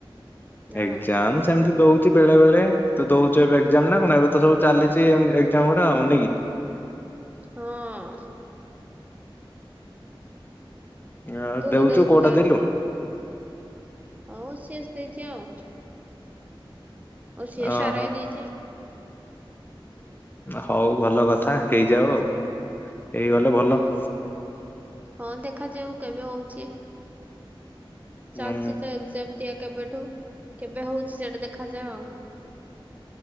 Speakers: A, on the right (about 15°); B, on the left (about 20°).
A: ହଁ
B: ଏଗ୍ ଜାମ୍ ସେମିତି ଦଉ ଚି ବେଳେ ବେଳେ ତ ଦଉଚୁ ଏବେ ଏଗ୍ ଜାମ୍ ନା କଣ ଏବେ ତ ସବୁ ଚାଲିଚି ଏମ୍ ଏଗଜାମ୍ ଗୁଡା ଆଉ ନେଇକି?
A: ହଁ।
B: ଆଉ
A: ତୁ
B: ଦଉଚୁ
A: ବି ଦଉଛୁ
B: କୋଉଟା ଦେଲୁ?
A: ଆଉ ସି ଏସ୍ ଦେଇଚି ଆଉ। ଆଉ ସି ଏସ୍
B: ଓହୋ।
A: ଆର୍ ଆଇ ଦେଇଚି।
B: ହଉ
A: ଉଁ
B: ଭଲ କଥା ହେଇଯାଉ ଆଉ ହେଇଗଲେ ଭଲ।
A: ହଁ। ହଁ ଦେଖାଯାଉ କେବେ ହଉଚି?
B: ହୁଁ
A: ଚାଲିଚି ତ ଏଗଜାମ୍ ଦିଆ କେବେଠୁ କେବେ ହଉଚି ସେଟା ଦେଖାଯାଏ ଆଉ।